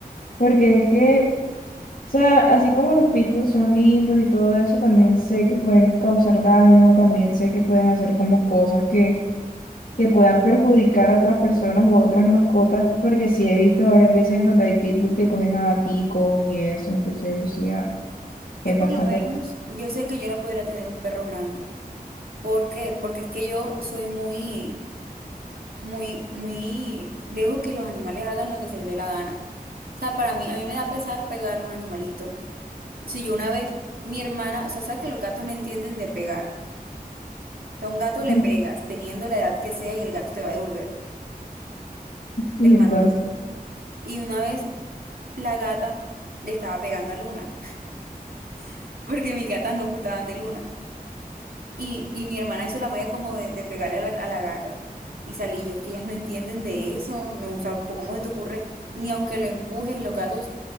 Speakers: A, on the left; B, on the right.
A: Porque es que... O sea, así como los pitbulls son lindos y todo eso, también sé que pueden causar daño, también sé que pueden hacer como cosas que, que puedan perjudicar a otras personas u otras mascotas, porque sí he visto varias veces en donde hay pitbull que cogen a gaticos y eso, entonces eso sí ah,
B: Yo
A: es bastante...
B: por lo menos, yo sé que yo no podría tener un perro grande. ¿Por qué? Porque es que yo soy muy... muy, muy, dejo que los animales hagan lo que se les dé la gana. O sea, para mí, a mí me da pesar pegarle a un animalito. Si yo una vez, mi hermana, o sea, sabes que los gatos no entienden de pegar. A un gato le
A: <laughs>
B: pegas, teniendo la edad que sea, y el gato te va a devolver
A: Y
B: el manotón.
A: entonces,
B: Y una vez la gata le estaba pegando a Luna, <laughs> porque mis gatas no gustaban de Luna. Y, y mi hermana hizo la magia como de, de pegarle a la, a la gata. Y salí yo, es que ellas no entienden de eso, no, o sea, po- ¿cómo se te ocurre? Ni aunque lo empujes, los gatos